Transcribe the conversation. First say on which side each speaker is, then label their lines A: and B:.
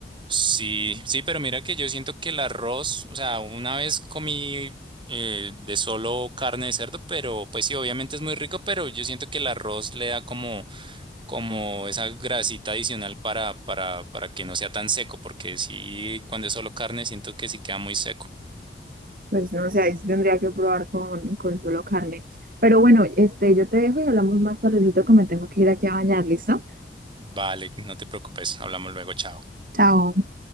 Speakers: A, on the right; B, on the right.
A: Sí, sí, pero mira que yo siento que el arroz, o sea, una vez comí eh, de solo carne de cerdo, pero pues sí, obviamente es muy rico, pero yo siento que el arroz le da como, como esa grasita adicional para, para, para que no sea tan seco, porque sí, cuando es solo carne siento que sí queda muy seco.
B: Pues no sé, ahí sí tendría que probar con, con solo carne. Pero bueno, este, yo te dejo y hablamos más tardecito que me tengo que ir aquí a bañar, ¿listo?
A: Vale, no te preocupes, hablamos luego, chao.
B: Chao.